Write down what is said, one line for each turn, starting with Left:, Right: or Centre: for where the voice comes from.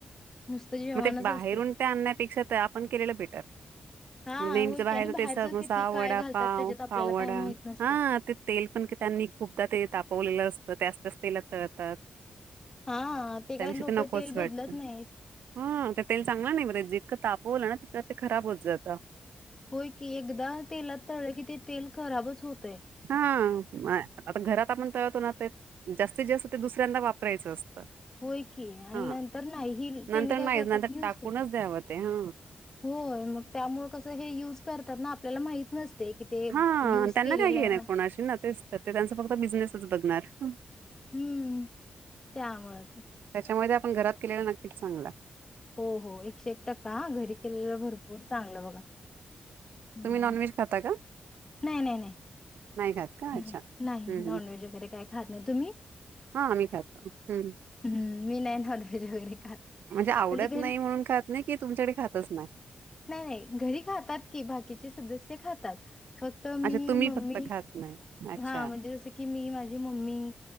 Left: नुसतं जेवणच
Right: म ते बाहेरून
Left: असते.
Right: ते आणण्यापेक्षा तर आपण केलेलं बेटर
Left: हा
Right: नेमचं
Left: होय
Right: बाहेरच
Left: की आणि
Right: ते समोसा
Left: किती
Right: वडा
Left: काय घालतात
Right: पाव
Left: त्याच्यात आपल्याला
Right: पाव वडा
Left: काही माहित नसते.
Right: हा ते तेल पण त्यांनी खूपदा ते तापवलेलं अस त्याच त्याच तेलात तळतात
Left: हा ते
Right: त्यापेक्षा
Left: काय लोक
Right: नकोच
Left: तेल
Right: वाटतं.
Left: बदलत नाहीत.
Right: हा ते तेल चांगला नाही बर जितकं तापवलं ना तितकं ते खराब होत जातं.
Left: होय की एकदा तेलात तळलं की ते तेल खराबच होतय.
Right: हा आता घरात आपण तळतो ना ते जास्तीत जास्त ते दुसऱ्यांदा वापरायचं असतं.
Left: होय की आणि
Right: हा
Left: नंतर नाही
Right: नंतर
Left: तेही काय
Right: नाहीच
Left: करतात
Right: नंतर
Left: यूज
Right: टाकूनच
Left: करतात.
Right: द्यावं ते हा.
Left: होय मग त्यामुळे कसे हे युज करतात ना आप ल्याला माहित नसते. की ते
Right: हा
Left: युज
Right: त्यांना
Left: केलेलं
Right: काय घे
Left: आहे
Right: ना कोणाशी ना ते ते त्यांच फक्त बिझनेसच बघणार. हं.
Left: हम्म त्यामुळेच.
Right: त्यामध्ये आपण घरात केलेला नक्कीच चांगला.
Left: हो हो एकशे एक टक्का घरी केलेलं भरपूर चांगलं बघा हम्म.
Right: तुम्ही नॉनव्हेज खाता का?
Left: नाही नाही नाही
Right: नाही खात का? अच्छा.
Left: नाही नाही
Right: हं,
Left: नॉनव्हेज
Right: हं.
Left: वगैरे काय खात नाही तुम्ही?
Right: हां, आम्ही खातो. हं.
Left: मी नाही नॉनव्हेज वगैरे खात. म्हणजे
Right: आवडत
Left: घरी
Right: नाही म्हणून खात नाही की तुमच्याकडे खातच नाही?
Left: नाही नाही घरी खातात की बाकीचे सदस्य ते खातात. फक्त मी
Right: अच्छा तुम्ही
Left: मम्मी
Right: फक्त खात नाही. अच्छा.
Left: हा म्हणजे जस की मी माझी मम्मी